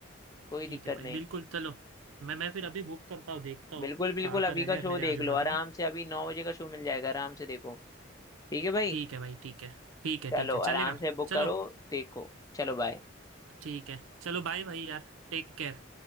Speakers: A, on the left; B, on the right.
A: कोई
B: ठीक
A: दिक्कत
B: है भाई
A: नहीं
B: बिल्कुल चलो मैं मैं फिर अभी बुक करता हूँ देखता हूँ
A: बिल्कुल बिल्कुल
B: कहाँ
A: अभी
B: पर है
A: का शो
B: मेरे
A: देख
B: आजू
A: लो
B: बाजू
A: आराम
B: में
A: से अभी नौ बजे का शो मिल जाएगा आराम से देखो ठीक है भाई
B: ठीक है भाई ठीक है ठीक है
A: चलो
B: ठीक है चलेगा
A: आराम से बुक
B: चलो
A: करो देखो चलो बाय
B: ठीक है चलो बाय भाई यार टेक केयर